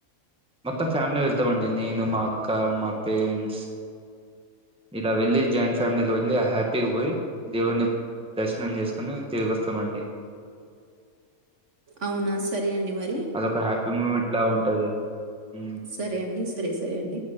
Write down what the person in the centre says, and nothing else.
మొత్తం ఫ్యామిలీ వెళ్తామండి నేను మా అక్క మా పేరెంట్స్ ఇలా వెళ్ళి జాయింట్ ఫ్యామిలీగా వెళ్ళి ఆ హ్యాపీగా పోయి దేవుడిని దర్శనం చేసుకుని తిరిగి వస్తామండి
అదొక హ్యాపీ మూమెంట్ లా ఉంటది మ్మ్